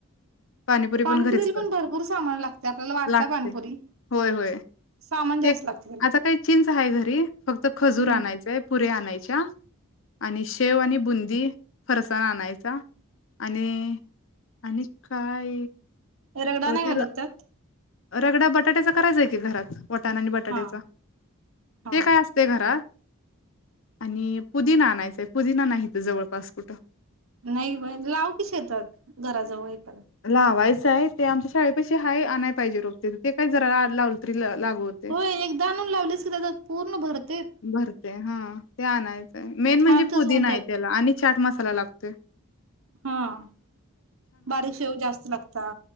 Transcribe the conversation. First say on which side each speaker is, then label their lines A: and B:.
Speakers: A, on the left; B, on the right.
A: पाणीपुरी
B: पाणीपुरीला
A: घरीच करते
B: पण भरपूर सामान लागते आपल्याला वाटत
A: लागते
B: पाणीपुरी
A: होय होय
B: सामान जास्त
A: ते
B: लागत त्याला.
A: आता काही <unintelligible> फक्त खजूर
B: हम्म
A: आणायचंय पुऱ्या आणाय एच्या, आणि शेव आणि बुंदी, फरसाण आणाय चा आणि, आणि काय?
B: रगडा
A: अ
B: नाही
A: त्याला
B: घालत त्यात?
A: रगडा बटाट्याचा करायचाय की घरात. वटाणा आणि बटाट्याचा.
B: हा हा
A: ते काय असतंय घरात? आणि, पुदिना आणायचाय पुदिना नाही इथं जवळपास कुठं.
B: नाही ब लाव कि शेतात घराजवळ एक.
A: लावायच् ताहे ते आमच्या शाळे पशी हाये आणाय पाहिजे रोप तेज ते काय जरा लावल तरी लागू होते.
B: होय. एकदा आणून लावलेस दादा पूर्ण भरते.
A: भरते हा ते आणय चय, मेन म्हणजे
B: छानसच
A: पुदीना
B: होऊन
A: आय त्याला आणि चाट मस् कला लागते.
B: हां, बारीश तेव जास्त लागता.